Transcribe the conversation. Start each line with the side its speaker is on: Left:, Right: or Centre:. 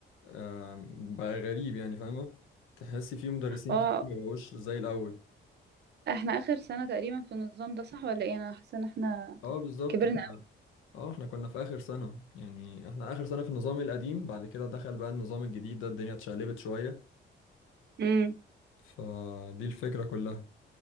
Left: آم، بقى غريب يعني فاهمة تحسي فيه مدرسين
Right: اه
Left: كتير مبقوش زي الاول
Right: احنا اخر سنة تقريبا في النظام ده صح ولا ايه انا حاسة ان احنا
Left: اه بالظبط
Right: كبرنا
Left: احنا
Right: قوي
Left: اه احنا كنا في اخر سنة يعني احنا اخر سنة في النظام القديم بعد كده دخل بقى النظام الجديد ده الدنيا اتشقلبت شوية
Right: امم
Left: فدي الفكرة كلها